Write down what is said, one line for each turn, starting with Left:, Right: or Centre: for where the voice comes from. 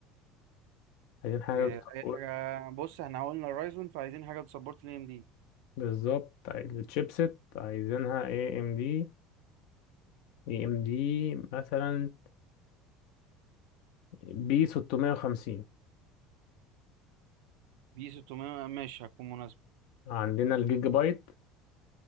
Left: عايزين حاجه
Right: إيه،
Left: بتسبورت
Right: اي حاجه بص احنا قلنا الرايزون فعايزين حاجه تسبورت ال ام دي
Left: بالظبط الشيبسيت عايزينها اي ام دي اي ام دي مثلا بي 650
Right: دي 600 ماشي هتكون مناسبه
Left: عندنا الجيجا بايت